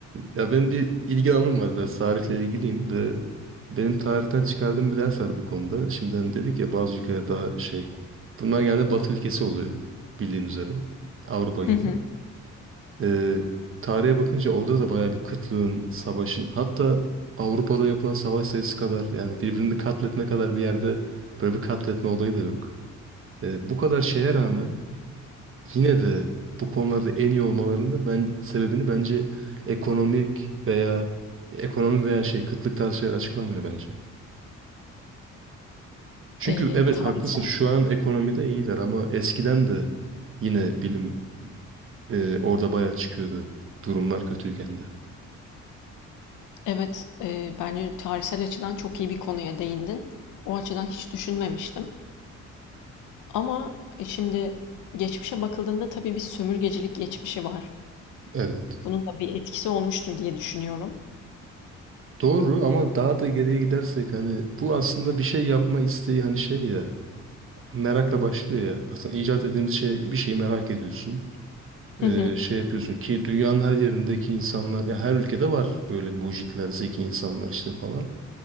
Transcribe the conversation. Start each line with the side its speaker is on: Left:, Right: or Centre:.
Right: ya benim bir ilgi alanım var biraz tarihle ilgiliyim ve benim tarihten çıkardığım bir ders var bu konuda. Şimdi hani dedik ya bazı ülkeler daha şey. Bunlar genelde Batı ülkesi oluyor bildiğin üzere. Avrupa
Left: hı
Right: gibi.
Left: hı.
Right: Ee, tarihe bakınca orada da bayağı bir kıtlığın, savaşın hatta Avrupa'da yapılan savaş sayısı kadar yani birbirini katletme kadar bir yerde böyle bir katletme olayı da yok. Ee, bu kadar şeye rağmen yine de bu konularda en iyi olmalarının ben sebebini bence ekonomik veya ekonomi veya şey kıtlık tarzı şeyler açıklamıyor bence. Çünkü
Left: E,
Right: evet
Left: tarihsel,
Right: haklısın şu an ekonomide iyiler ama eskiden de yine bilim e, orada bayağı çıkıyordu durumlar kötüyken de.
Left: evet, e, bence tarihsel açıdan çok iyi bir konuya değindin. O açıdan hiç düşünmemiştim. Ama e, şimdi geçmişe bakıldığında tabii bir sömürgecilik geçmişi var.
Right: Evet.
Left: Bunun da bir etkisi olmuştur diye düşünüyorum.
Right: Doğru ama daha da geriye gidersek hani bu aslında bir şey yapma isteği hani şey ya merakla başlıyor ya. Aslında icat edilmiş şey bir şeyi merak ediyorsun. e,
Left: Hı hı,
Right: şey yapıyorsun ki dünyanın her yerindeki insanlar ya her ülkede var böyle mucitler, zeki insanlar işte falan.